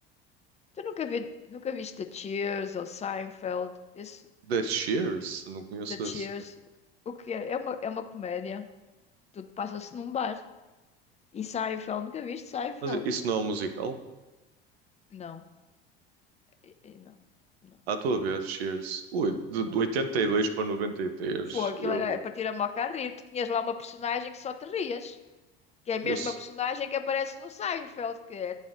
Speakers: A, on the left (about 20°); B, on the right (about 75°).
A: Tu nunca vi, nunca viste The Cheers ou Seinfeld? Isso,
B: The Cheers? Não conheço
A: The Cheers.
B: esse, cara.
A: O que é? É uma, é uma comédia. Tudo passa-se num bar. E Seinfeld, nunca viste Seinfeld?
B: Mas isso não é um musical?
A: Não, E- e não, não,
B: À tua vez, Cheers. Ui, de,
A: não.
B: de 82 para 93.
A: Foi, aquilo
B: Eu,
A: era para tirar uma a rir. Tu tinhas lá uma personagem que só te rias, que é a mesma
B: eu, s-
A: personagem que aparece no Seinfeld, que é.